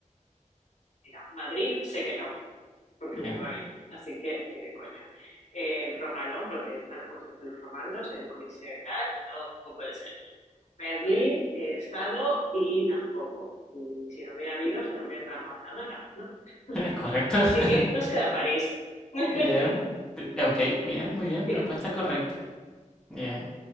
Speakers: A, on the left; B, in the centre.
A: Mira, Madrid sé que no, porque
B: Bien,
A: Bilbao, ahí. Así que ni de coña. Eh, Roma no, porque están las cosas de los romanos, el Coliseo y tal, no, no puede ser. Berlín he estado y tampoco. Y si lo hubiera habido, se lo habrían cargado en la guerra, ¿no?
B: <laughs> correcto.
A: Así
B: <laughs>
A: que nos queda París. <laughs>
B: Bien, te- ok, bien, muy bien,
A: Sí,
B: respuesta correcta. Bien,